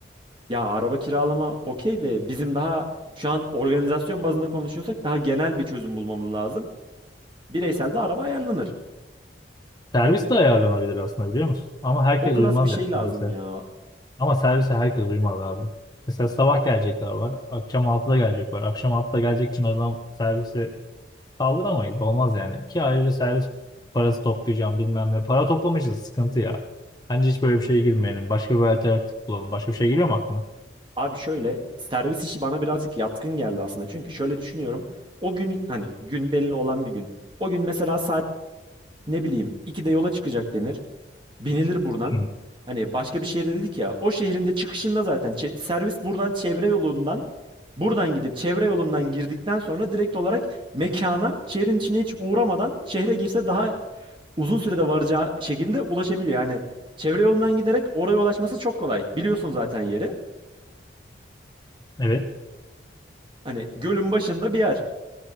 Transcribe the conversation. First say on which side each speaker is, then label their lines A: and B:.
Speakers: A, on the right; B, on the left.
A: Ya araba kiralama okey de bizim daha şu an organizasyon bazında konuşuyorsak daha genel bir çözüm bulmamız lazım. Bireysel de araba ayarlanır.
B: Servis de ayarlanabilir aslında biliyor musun? Ama herkes
A: O klas
B: uymaz
A: bir şey
B: yani
A: lazım
B: servise.
A: ya.
B: Ama servise herkes uymaz abi. Mesela sabah gelecekler var. Akşam altıda gelecek var. Akşam altıda gelecek için adam servise Kaldıramayız. Olmaz yani. Ki ayrıca servis parası toplayacağım bilmem ne. Para toplamışız. Sıkıntı ya. Bence hiç böyle bir şeye girmeyelim. Başka bir alternatif bulalım. Başka bir şey geliyor mu aklına?
A: Abi şöyle servis işi bana birazcık yatkın geldi aslında. Çünkü şöyle düşünüyorum. O gün hani gün belli olan bir gün. O gün mesela saat ne bileyim 2'de yola çıkacak denir. binilir buradan.
B: Hı.
A: Hani başka bir şehirde dedik ya. O şehrin de çıkışında zaten çe- servis buradan çevre yolundan buradan gidip çevre yolundan girdikten sonra direkt olarak mekana şehrin içine hiç uğramadan şehre girse daha uzun sürede varacağı şekilde ulaşabiliyor. Yani çevre yolundan giderek oraya ulaşması çok kolay. Biliyorsun zaten yeri.
B: Evet.
A: Hani gölün başında bir yer.